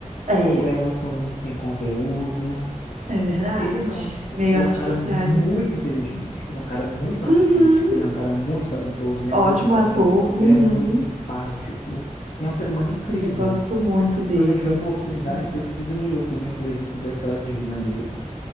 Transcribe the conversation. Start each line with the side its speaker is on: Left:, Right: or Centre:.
Right: É,
Left: ou elas são muito sem conteúdo,
Right: é verdade.
Left: Ele não.
Right: Meio
Left: Ele
Right: artificiais,
Left: é um cara muito
Right: assim.
Left: inteligente, ele é um cara muito artístico,
Right: Uhum.
Left: ele é um cara muito talentoso, ele é
Right: Ótimo
Left: muito engraçado,
Right: ator. Uhum.
Left: ele é muito simpático, e é um ser humano incrível.
Right: Também gosto muito dele.
Left: Quando você tiver oportunidade,
Right: Acho que é legal.
Left: pesquisa no YouTube a entrevista da história de vida dele.